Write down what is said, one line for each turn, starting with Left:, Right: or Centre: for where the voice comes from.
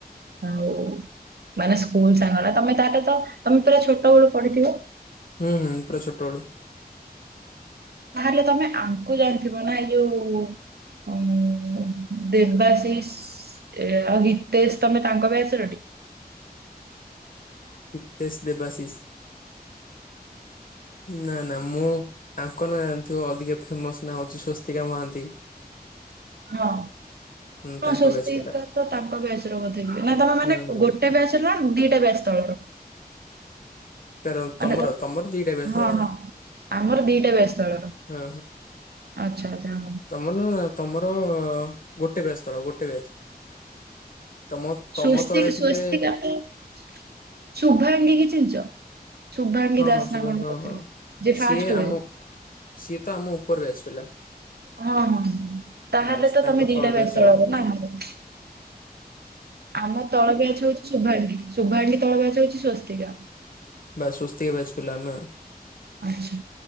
Right: ଆଉ ମାନେ ସ୍କୁଲ ସାଙ୍ଗନା ତମେ ତାହେଲେ ତ ତମେ ପୁରା ଛୋଟ ବେଳୁ ପଢିଥିବ।
Left: ହୁଁ ହୁଁ ପୁରା ଛୋଟ ଵେଳୁ।
Right: ତାହେଲେ ତମେ ଆଙ୍କୁ ଜାଣିଥିବ ନା ଏଇ ଯୋଉ ଊଁ ଦେବାଶିଷ। ଏ ଆଉ ହିତେଶ ତମେ ତାଙ୍କ ବ୍ୟାଚ ର ଟି?
Left: ହତେଶ ଦେବାଶିଷ। ନା ନା ମୁଁ ଆଙ୍କ ନାଁ ଜାଣିଥିବ ଅଧିକ ଫେମସ ନାଁ ହଉଛି ସ୍ବସ୍ତିକା ମହାନ୍ତି।
Right: ହଁ
Left: ହୁଁ
Right: ହଁ
Left: ତାଙ୍କ
Right: ସ୍ଵସ୍ତିକା
Left: ବ୍ୟାଚ୍ ପିଲା
Right: ତ ତାଙ୍କ ବ୍ୟାଚ୍ ର ବୋଧେ ନା ତମେ ମାନେ
Left: ହୁଁ
Right: ଗୋଟ୍
Left: ହୁଁ
Right: ଗୋଟେ ବ୍ୟାଚ ର ନା ଦିଟା ବ୍ୟାଚ ତଳର?
Left: କାର
Right: ମାନେ
Left: ତମର
Right: ତ
Left: ତମର ଦିଟା ଵ୍ୟାଚ
Right: ହଁ
Left: ତଳର?
Right: ହଁ ଆମର ଦିଟା ବ୍ଯାଚ ତଳର
Left: ହଁ
Right: ଆଛା ଆଛା।
Left: ମାନେ ତମର ଗୋଟେ ବ୍ୟାଚ ତଳେ, ଗୋଟେ ବ୍ୟାଚ। ତମ ତମ
Right: ସ୍ୱସ୍ତିକ
Left: ତଳେ
Right: ସ୍ୱସ୍ତିକ
Left: ଥିଲେ
Right: <unintelligible> ଶୁଭାଙ୍ଗି କି ଚିହିଁଚ? ଶୁଭାଙ୍ଗୀ
Left: ହଁ
Right: ଦାଶ
Left: ହଁ ଶୁଭା
Right: ନା କଣ
Left: ହଁ
Right: ଗୋଟେ
Left: ହଁ।
Right: ଥିଲେ? ଯେ ଫାଷ୍ଟ
Left: ସିଏ ଆମ
Right: ହୁଏ।
Left: ସିଏ ତ ଆମ ଉପର ବ୍ୟାଚ ପିଲା।
Right: ହଁ- ହଁ ତାହେଲେ
Left: ବାସ୍ ତାଙ୍କ
Right: ତମେ ଦିଟା
Left: ତଳ
Right: ବ୍ୟାଚରେ
Left: ବ୍ୟାଚ୍
Right: ତଳର
Left: ଆଉ।
Right: ନା। ଆମ ତଳ ବ୍ୟାଚ ହେଉଛି ଶୁଭାଙ୍ଗୀ, ଶୁଭାଙ୍ଗୀ ତଳ ବ୍ୟାଚ ହେଉଛି ସ୍ଵସ୍ତିକା।
Left: ବାସ ସ୍ୱସ୍ତିକ ବ୍ୟାଚ ପିଲା ଆମେ।
Right: ଆଚ୍ଛା